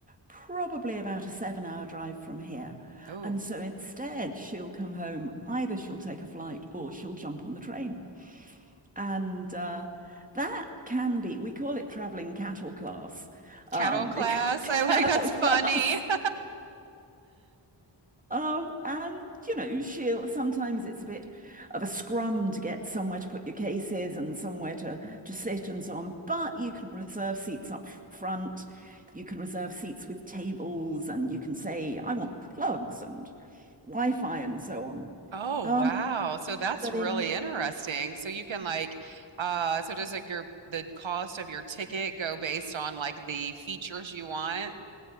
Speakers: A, on the right (about 20°); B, on the right (about 85°).
A: probably about a seven hour drive from here.
B: Oh,
A: And so instead she'll come home, either she'll take a flight or she'll jump on the train. And uh, that can be, we call it traveling cattle class, um,
B: kettle class.
A: because <laughs>
B: <laughs> I like
A: cattle
B: that's
A: class
B: funny. <laughs>
A: Um, and you know, she'll sometimes it's a bit of a scrum to get somewhere to put your cases and somewhere to to sit and so on. But you can reserve seats up front, you can reserve seats with tables, and you can say, I want plugs and Wi-Fi and so on.
B: Oh,
A: Um,
B: wow. So that's
A: but
B: really
A: in
B: interesting. So you can like uh so does like your the cost of your ticket go based on like the features you want?